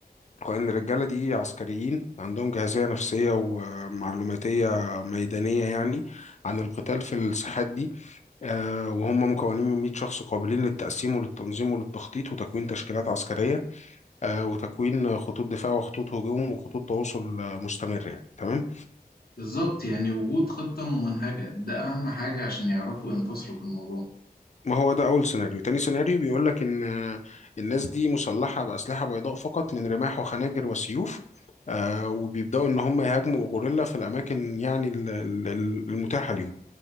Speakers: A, on the left; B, on the left.
A: وإن الرجالة دي عسكريين عندهم جاهزية نفسية ومعلوماتية ميدانية يعني عن القتال في الساحات دي آه، وهم مكونين من 100 شخص قابلين للتقسيم وللتنظيم وللتخطيط وتكوين تشكيلات عسكرية آه، وتكوين خطوط دفاع وخطوط هجوم وخطوط تواصل آه، مستمر يعني تمام
B: بالظبط يعني وجود خطة ممنهجة ده أهم حاجة عشان يعرفوا ينتصروا في الموضوع
A: ما هو ده أول سيناريو تاني سيناريو بيقول لك إن آه، الناس دي مسلحة بأسلحة بيضاء فقط من رماح وخناجر وسيوف آه، وبيبدأوا إن هم يهاجموا غوريلا في الأماكن يعني ال- ال- المتاحة ليهم